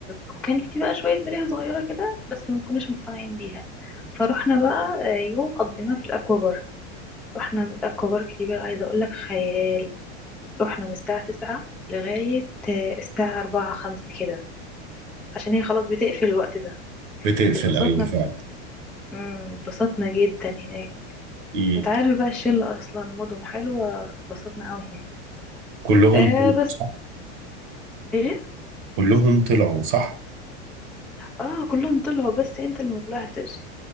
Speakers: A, in the centre; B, on the right.
A: وكان في بقى شوية ملاهي صغيرة كده بس ما كناش مقتنعين بيها فرحنا بقى آه، يوم قضيناه في الاكوا بارك رحنا الاكوا بارك دي بقى عايزة اقولك خيال رحنا من الساعة تسعة لغاية آه، الساعة أربعة خمسة كده عشان هي خلاص بتقفل الوقت ده
B: بتقفل
A: اتبسطنا
B: ايوه فعلا
A: مم، اتبسطنا جدا هناك
B: مم.
A: انت عارف بقى الشلة أصلا مودهم حلوة فاتبسطنا قوي هناك
B: كلهم
A: آه
B: طلعوا
A: بس
B: صح
A: ايه
B: كلهم طلعوا صح
A: اه كلهم طلعوا بس انت اللي مطلعتش